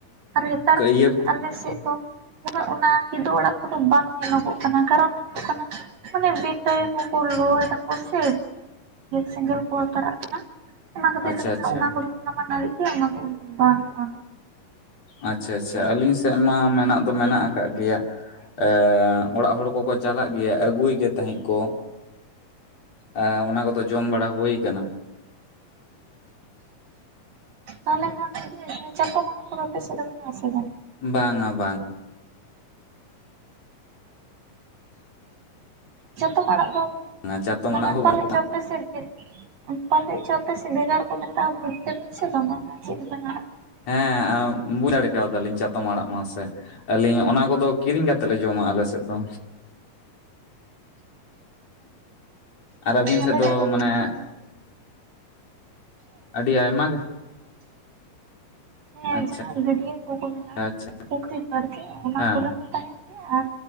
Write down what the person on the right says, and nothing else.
ᱟᱨ ᱱᱮᱛᱟᱨ
ᱟᱞᱮ ᱥᱮᱜ ᱫᱚ ᱩᱱᱟᱹᱜ ᱚᱱᱟ ᱠᱤᱫᱩᱹᱵ ᱚᱲᱟᱜ ᱠᱚᱫᱚ ᱵᱟᱝ ᱧᱮᱞᱚᱜᱚᱜ ᱠᱟᱱᱟ ᱠᱟᱨᱚᱱ ᱫᱚ ᱦᱩᱭᱩᱜ ᱠᱟᱱᱟ ᱢᱟᱱᱮ ᱵᱤᱨ ᱫᱟᱹᱭ ᱠᱚᱠᱚ ᱞᱚᱭ ᱫᱟᱠᱚ ᱥᱮ ᱥᱮᱸᱜᱮᱞ ᱠᱚ ᱟᱛᱟᱲᱟᱹᱜ ᱠᱟᱱᱟ᱾ ᱚᱱᱟ ᱠᱷᱟᱹᱛᱤᱨ
ᱛᱮ ᱢᱟᱱᱮ
ᱚᱱᱟ ᱠᱚᱫᱚ ᱚᱱᱟ ᱢᱟ ᱱᱟᱰᱤᱜ ᱜᱮᱭᱟ ᱚᱱᱟ ᱫᱚ ᱩᱱᱟᱹᱜ ᱵᱟᱹᱱᱩᱜ ᱟᱱᱤᱡ᱾
ᱛᱟᱦᱚᱞᱮ ᱠᱷᱟᱱ ᱪᱟᱛᱚᱢ‌ ᱟᱲᱟᱜ ᱠᱚᱫᱚ ᱟᱯᱮᱥᱮᱫ ᱫᱚ ᱢᱮᱱᱟᱜ ᱟᱥᱮ ᱵᱟᱝ?
ᱪᱟᱛᱚᱢ ᱟᱲᱟᱝ ᱫᱚ
ᱢᱟᱱᱮ
ᱯᱟᱞᱮᱡ
ᱪᱚ ᱟᱯᱮ ᱥᱮᱫ ᱜᱮ ᱯᱟᱞᱮᱫ ᱪᱚ ᱟᱯᱮᱥᱮᱫ ᱵᱷᱮᱜᱟᱲ ᱠᱚ ᱢᱮᱛᱟᱜᱼᱟ᱾ ᱵᱩᱡᱛᱮᱵᱤᱱ ᱥᱮ ᱵᱟᱝᱼᱟ ᱚᱱᱟ ᱪᱮᱫ ᱞᱮᱠᱟᱱ ᱟᱲᱟᱜ᱾ ᱠᱟᱱᱟ?
<unintelligible>
ᱦᱮᱸ
ᱡᱟᱦᱟᱸ ᱜᱟᱹᱰᱭᱟᱹ ᱠᱚᱠᱚ ᱢᱮᱱᱟᱜᱼᱟ
ᱯᱩᱠᱷᱨᱤ ᱯᱟᱲᱛᱮ ᱚᱱᱟ
ᱠᱚᱨᱮ ᱦᱚᱸ ᱛᱟᱦᱮᱱ ᱜᱮᱭᱟ ᱟᱨ